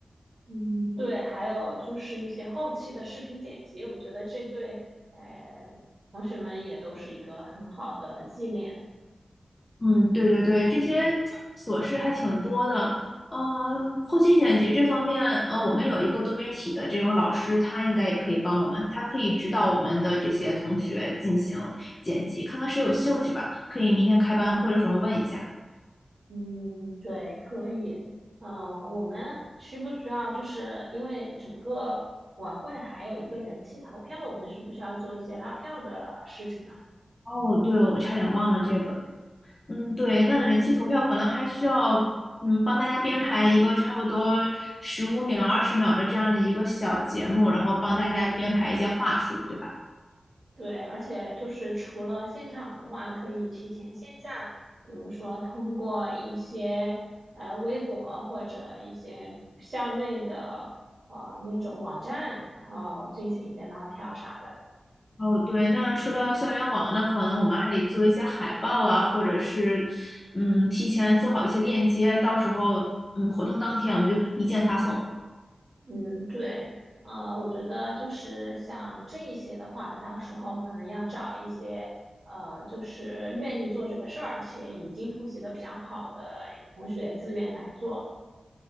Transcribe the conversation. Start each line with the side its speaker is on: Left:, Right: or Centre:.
Right: 嗯，对，还有就是一些后期的视频剪辑，我觉得这对呃同学们也都是一个很好的纪念。
Left: 嗯，对对对，这些琐事还挺多的。嗯，后期剪辑这方面，呃，我们有一个多媒体的这种老师，他应该也可以帮我们，他可以指导我们的这些同学进行剪辑，看看谁有兴趣吧。可以明天开班会的时候问一下。
Right: 嗯，对，可以。嗯、我们需不需要就是因为整个晚会还有一个人气投票，我们需不需要做一些拉票的事情呢？
Left: 哦，对，我差点忘了这个。嗯，对，那人气投票可能还需要，嗯，帮大家编排一个差不多十五秒、二十秒的这样的一个小节目，然后帮大家编排一些话术，对吧？
Right: 对，而且就是除了现场的话，可以提前线下，比如说通过一些呃微博或者一些校内的呃那种网站，然后进行一些拉票啥的。
Left: 哦，对，那说到校园网，那可能我们还得做一些海报啊，或者是，嗯，提前做好一些链接，到时候，嗯，活动当天我们就一键发送。
Right: 嗯，对，呃，我觉得就是像这一些的话，到时候可能要找一些呃，就是愿意做这个事儿且已经复习的比较好的同学自愿来做。